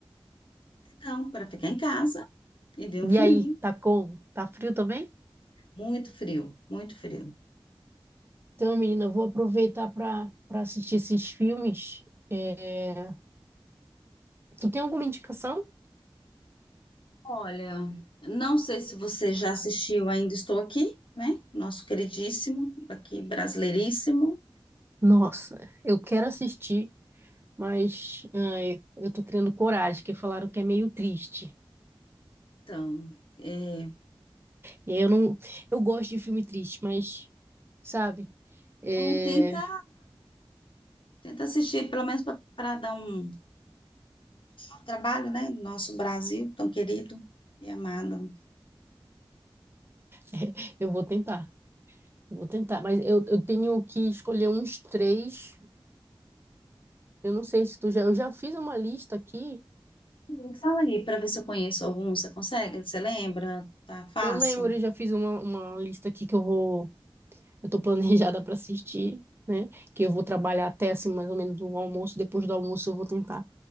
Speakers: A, on the left (about 70°); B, on the right (about 25°).
A: Então, para ficar em casa e ver um filminho.
B: E aí, tá como? Tá frio também?
A: Muito frio, muito frio.
B: Então, menina, eu vou aproveitar para para assistir esses filmes. É, Tu tem alguma indicação?
A: Olha, Não sei se você já assistiu Ainda Estou Aqui, né? Nosso queridíssimo, aqui brasileiríssimo.
B: Nossa, eu quero assistir, mas ai, eu tô criando coragem, que falaram que é meio triste.
A: Então, é,
B: E aí eu não, eu gosto de filme triste, mas sabe, é,
A: aí tenta, tenta assistir, pelo menos para dar um, um trabalho, né? Nosso Brasil tão querido e amado.
B: <laughs> eu vou tentar, eu vou tentar. Mas eu, eu tenho que escolher uns três. Eu não sei se tu já, eu já fiz uma lista aqui.
A: Hum, Fala aí para ver se eu conheço algum. Você consegue? Você lembra? Tá fácil?
B: Eu lembro, eu já fiz uma, uma lista aqui que eu vou eu estou planejada para assistir, né? Que eu vou trabalhar até assim, mais ou menos o almoço. Depois do almoço, eu vou tentar